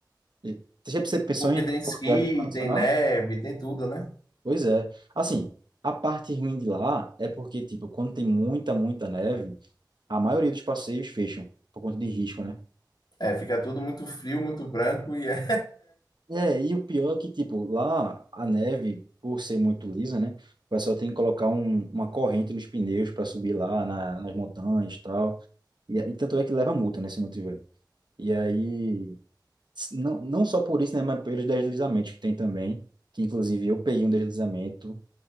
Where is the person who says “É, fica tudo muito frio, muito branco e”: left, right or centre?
Left